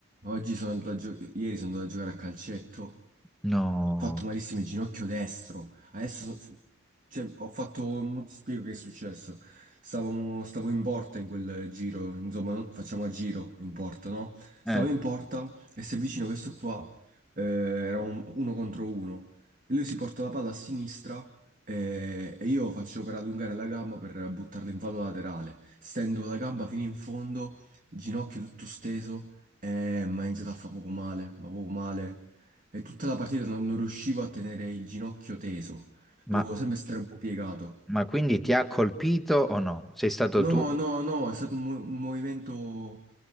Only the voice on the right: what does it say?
Oggi sono andato a gio- Ieri sono andato a giocare a calcetto. Ho
fatto malissimo il ginocchio destro. Adesso, so- cioè, ho fatto, non ti spiego che è successo. Stavamo, stavo in porta in quel giro, insomma, no- facciamo a giro in porta, no? Stavo
in porta e si avvicina questo qua, eh, era un- uno contro uno. E lui si porta la palla a sinistra eh, e io faccio per allungare la gamba per buttarla in fallo laterale. Stendo la gamba fino in fondo, il ginocchio tutto steso, e mi ha iniziato a fare poco male, ma poco male. E tutta la partita non, non riuscivo a tenere il ginocchio teso,
dovevo sempre stare un po' piegato.
No,
no, no, è stato un, mo- un movimento